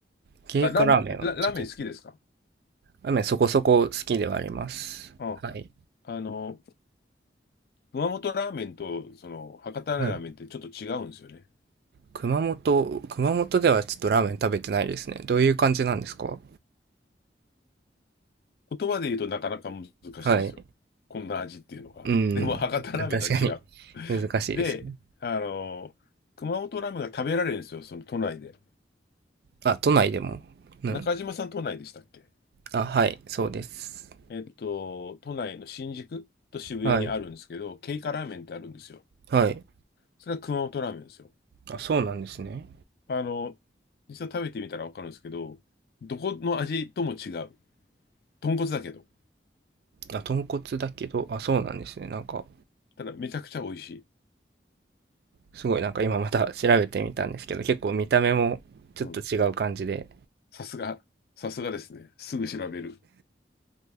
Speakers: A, on the right; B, on the left.
A: 経過ラーメンはちょっと、
B: あ、ラーメン、ラ、ラーメン好きですか
A: ラーメンそこそこ好きではあります。
B: あ、
A: はい。
B: あの、熊本ラーメンと、その、博多ラーメンってちょっと違うんですよね。
A: はい。熊本、熊本ではちょっとラーメン食べてないですね。どういう感じなんですか
B: 言葉で言うとなかなか難しいんですよ。
A: はい。
B: こんな味っていうのが。
A: うん。
B: でも、博多ラーメンとは違う。
A: 確かに難しいですよね。
B: で、あの、熊本ラーメンが食べられるんですよ、その都内で。
A: あ、都内でも。うん。
B: 中島さん都内でしたっけ
A: あ、はい、そうです。
B: えっと、都内の新宿と渋谷にあるんですけど、
A: はい。
B: ケイカラーメンってあるんですよ。
A: はい。
B: それは熊本ラーメンですよ。
A: あ、そうなんですね。
B: あの、実は食べてみたらわかるんですけど、どこの味とも違う。豚骨だけど。
A: あ、豚骨だけど、あ、そうなんですね。なんか、
B: ただめちゃくちゃ美味しい。
A: すごいなんか今また調べてみたんですけど、結構見た目もちょっと違う感じで、
B: うん。さすが、さすがですね。すぐ調べる。